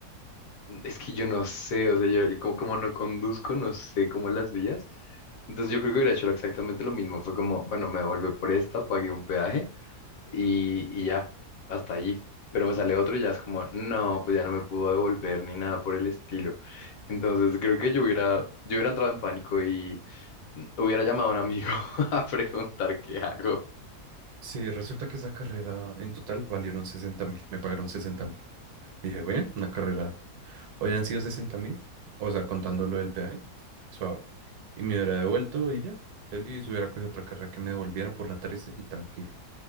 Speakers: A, on the left (about 65°); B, on the right (about 75°).
A: Es que yo no sé, o sea, yo, yo como, como no conduzco, no sé cómo las vías. Entonces yo creo que hubiera hecho exactamente lo mismo. Fue como, bueno, me devolvé por esta, pagué un peaje y, y ya, hasta allí. Pero me sale otro y ya es como, no, pues ya no me puedo devolver ni nada por el estilo. Entonces creo que yo hubiera, yo hubiera entrado en pánico y mm, hubiera llamado a un amigo <laughs> a preguntar qué hago.
B: Sí, resulta que esa carrera en total valieron sesenta mil, me pagaron sesenta mil. Dije, bueno, una carrera, hoy han sido sesenta mil, o sea, contando lo del peaje, suave. Y me hubiera devuelto y ya, feliz, hubiera cogido otra carrera que me devolviera por la 13 y tranquilo.